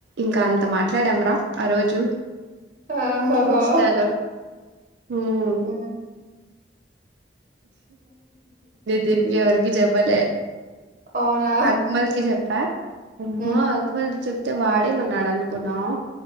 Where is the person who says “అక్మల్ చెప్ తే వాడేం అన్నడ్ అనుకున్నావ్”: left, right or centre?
Right